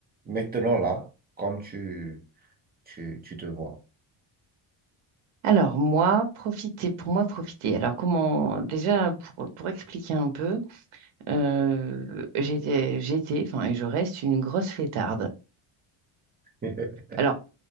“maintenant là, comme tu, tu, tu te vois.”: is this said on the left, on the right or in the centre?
Right